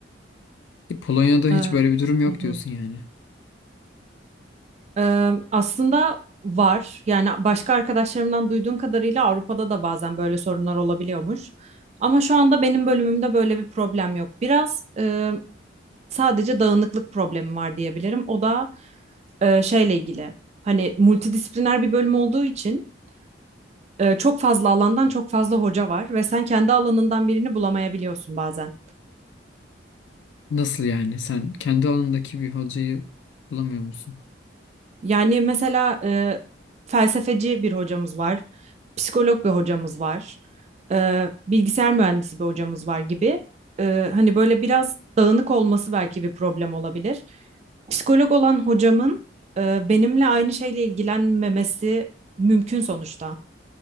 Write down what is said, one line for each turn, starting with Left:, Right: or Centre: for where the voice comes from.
Left: E, Polonya'da hiç
Right: Ee,
Left: böyle bir durum yok
Right: hı hı.
Left: diyorsun yani.
Right: Ee, aslında var. Yani başka arkadaşlarımdan duyduğum kadarıyla Avrupa'da da bazen böyle sorunlar olabiliyormuş. Ama şu anda benim bölümümde böyle bir problem yok. Biraz e, Sadece dağınıklık problemi var diyebilirim. O da e, şeyle ilgili. Hani multidisipliner bir bölüm olduğu için e, çok fazla alandan çok fazla hoca var ve sen kendi alanından birini bulamayabiliyorsun bazen.
Left: Nasıl yani? Sen kendi alanındaki bir hocayı bulamıyor musun?
Right: Yani mesela e, felsefeci bir hocamız var, psikolog bir hocamız var, e, bilgisayar mühendisi bir hocamız var gibi. E, hani böyle biraz dağınık olması belki bir problem olabilir. Psikolog olan hocamın e, benimle aynı şeyle ilgilenmemesi mümkün sonuçta.